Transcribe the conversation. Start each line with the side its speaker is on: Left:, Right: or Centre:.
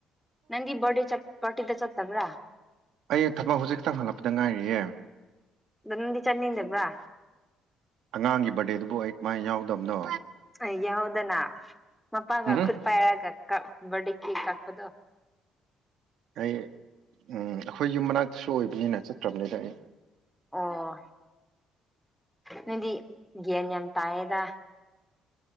Centre: ꯅꯪꯗꯤ ꯕ꯭ꯔꯗꯦ ꯆꯠ ꯄ꯭ꯔꯇꯤꯗ ꯆꯠꯇꯕ꯭ꯔꯥ
Right: ꯑꯩ ꯊꯕꯛ ꯍꯧꯖꯤꯛ ꯈꯤꯇꯪ ꯍꯜꯂꯛꯄꯗ ꯉꯥꯏꯔꯤꯌꯦ
Centre: ꯅꯗꯤ ꯆꯠꯅꯤꯡꯗꯕ꯭ꯔꯥ
Right: ꯑꯉꯥꯡꯒꯤ ꯕꯥꯔꯗꯦꯗꯨꯕꯨ ꯑꯩ ꯀꯃꯥꯏꯅ ꯌꯥꯎꯗꯕꯅꯣ
Centre: ꯑꯦ ꯌꯥꯎꯗꯅꯥ ꯃꯄꯥꯒ
Right: ꯎꯝ
Centre: ꯈꯨꯠ ꯄꯥꯏꯔꯒ ꯀꯞ ꯕꯔꯗꯦ ꯀꯦꯛ ꯀꯛꯄꯗꯣ
Right: ꯑꯩ ꯑꯩꯈꯣꯏ ꯌꯨꯝ ꯃꯅꯥꯛꯇꯁꯨ ꯑꯣꯏꯕꯅꯤꯅ ꯆꯠꯇ꯭ꯔꯕꯅꯤꯗ ꯑꯩ
Centre: ꯑꯣ ꯅꯪꯗꯤ ꯒ꯭ꯌꯥꯟ ꯌꯥꯝ ꯇꯥꯏꯌꯦꯗ